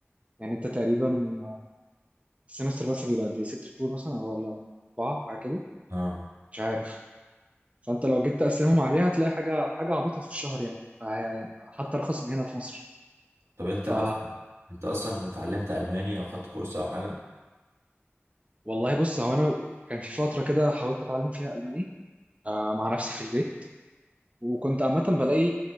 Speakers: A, on the right; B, on the right.
A: يعني انت تقريبا السمستر بس بيبقى قد ايه ست شهور مثلا ولا اربعه حاجه كده
B: اه
A: مش عارف فانت لو جيت تقسمهم عليها هتلاقي حاجه حاجه عبيطه في الشهر يعني يعني حتى ارخص من هنا في مصر
B: طب انت
A: ف
B: اصلا انت اصلا اتعلمت الماني او خدت كورس او حاجة
A: والله بص هو انا كان في فتره كده حاولت اتعلم فيها الماني آه، مع نفسي في البيت وكنت عامة بلاقي